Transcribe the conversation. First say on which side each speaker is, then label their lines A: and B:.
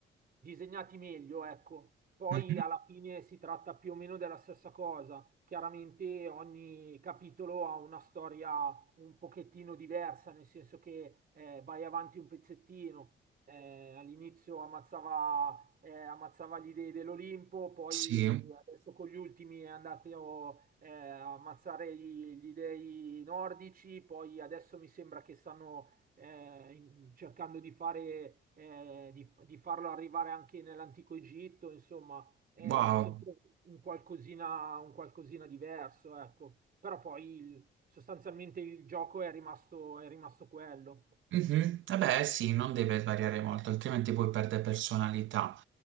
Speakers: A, on the right; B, on the right.
A: disegnati meglio, ecco. Poi
B: mhm,
A: alla fine si tratta più o meno della stessa cosa. Chiaramente ogni capitolo ha una storia un pochettino diversa, nel senso che eh, vai avanti un pezzettino. Eh, all'inizio ammazzava, eh, ammazzava gli dei dell'Olimpo, poi
B: Sì,
A: adesso con gli ultimi è andato eh, a ammazzare gli, gli dei nordici, poi adesso mi sembra che stanno eh, in- cercando di fare, eh, di, di farlo arrivare anche nell'antico Egitto, insomma, è
B: wow.
A: sempre un qualcosina, un qualcosina diverso, ecco. Però poi il- sostanzialmente il gioco è rimasto, è rimasto quello,
B: Mhm. Eh beh, sì, non deve variare molto, altrimenti poi perde personalità.